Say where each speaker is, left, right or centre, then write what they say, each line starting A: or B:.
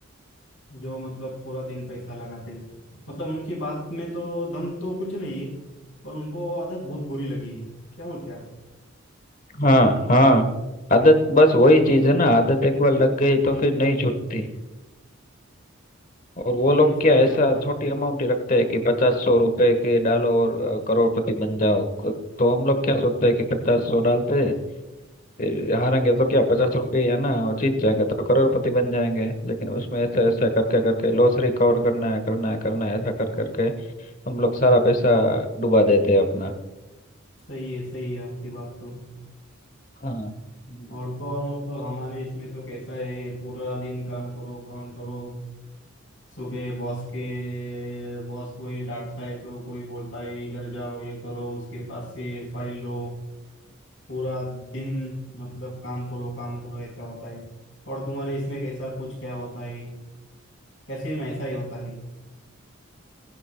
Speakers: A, on the left (about 65°); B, on the left (about 40°).
A: जो मतलब पूरा दिन पैसा लगाते हैं। मतलब उनकी बात में तो दम तो कुछ नहीं है पर उनको आदत बहुत बुरी लगी है क्या बोलते हैं आप
B: हाँ हाँ आदत बस वही चीज है ना आदत एक बार लग गई तो फिर नहीं छूटती और वो
A: सही
B: लोग
A: है सही
B: क्या
A: है
B: ऐसा
A: आपका
B: छोटी अमाउंट ही रखते हैं कि पचास सौ रुपए के डालो और अ, करोड़पति बन जाओ क- तो हम लोग क्या सोचते हैं कि पचास सौ डालते हैं फिर हारेंगे तो क्या पचास रुपये ही है ना और जीत जाएंगे तो करोड़पति बन जाएंगे लेकिन उसमें ऐसा ऐसा करके करके लॉस रिकवर करना है करना है करना है ऐसा कर करके हम लोग सारा पैसा डुबा देते हैं अपना
A: सही है सही है आपकी बात तो
B: हाँ हम्म।
A: और तो और मतलब हमारे इसमें तो कैसा है पूरा दिन काम करो काम करो सुबह बॉस के बॉस कोई डांटता है तो कोई बोलता है इधर जाओ ये करो उसके पास से फाइल लो पूरा दिन मतलब काम करो काम करो ऐसा होता है और तुम्हारे इसमें कैसा कुछ क्या होता है कैसे में ऐसा ही होता है